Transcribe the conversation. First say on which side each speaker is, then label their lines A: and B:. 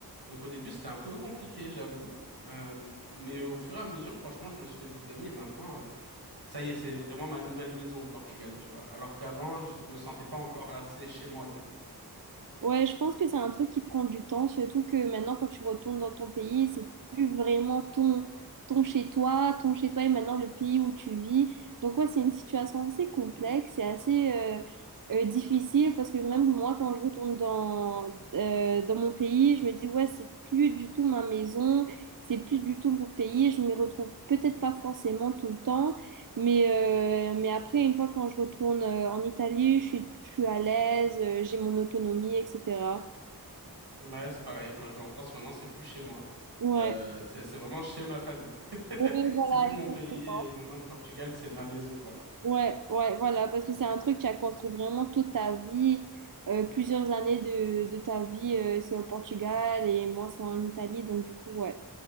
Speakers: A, on the right; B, on the right.
A: Donc au début, c'était un peu compliqué, j'avoue. Euh, mais au fur et à mesure, franchement, je me suis fait des amis et maintenant, euh, ça y est, c'est vraiment ma nouvelle maison, le Portugal, tu vois. Alors qu'avant, je me sentais pas encore assez chez moi, du coup.
B: Ouais, je pense que c'est un truc qui prend du temps, surtout que maintenant, quand tu retournes dans ton pays, c'est plus vraiment ton, ton chez-toi, ton chez-toi est maintenant le pays où tu vis. Donc, ouais, c'est une situation assez complexe et assez euh, euh, difficile parce que même moi, quand je retourne dans, euh, dans mon pays, je me dis, ouais, c'est plus du tout ma maison, c'est plus du tout mon pays, je m'y retrouve peut-être pas forcément tout le temps. Mais, euh, mais après, une fois quand je retourne euh, en Italie, je suis, je suis à l'aise, euh, j'ai mon autonomie, etc.
A: Ouais, c'est pareil. Quand je vais en France, maintenant, c'est plus chez moi.
B: Ouais,
A: Euh, c'est c'est vraiment chez ma famille. <laughs>
B: ouais voilà,
A: C'est plus mon
B: exactement.
A: pays. Et maintenant, le Portugal, c'est ma maison, quoi.
B: ouais, ouais, voilà, parce que c'est un truc qui a construit vraiment toute ta vie, euh, plusieurs années de, de ta vie, euh, c'est au Portugal et moi c'est en Italie, donc du coup, ouais,